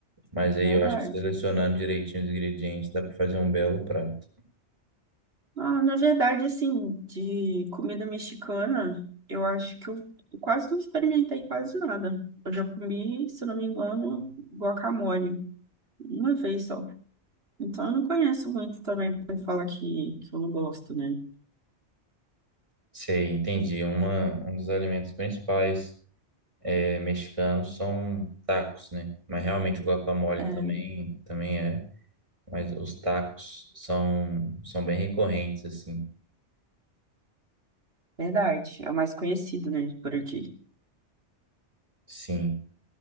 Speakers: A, on the right; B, on the right.
A: Mas aí
B: Verdade.
A: eu acho que selecionando direitinho os ingredientes dá para fazer um belo prato.
B: Ah, na verdade, assim, de comida mexicana, eu acho que eu quase não experimentei quase nada. Eu já comi, se não me engano, guacamole, uma vez só. Então, eu não conheço muito também para falar que, que eu não gosto, né?
A: Sei, entendi. É Uma, um dos alimentos principais é, mexicanos são tacos, né? Mas realmente o guacamole
B: É
A: também, também é. Mas os tacos são, são bem recorrentes, assim.
B: verdade, é o mais conhecido, né, por aqui.
A: Sim.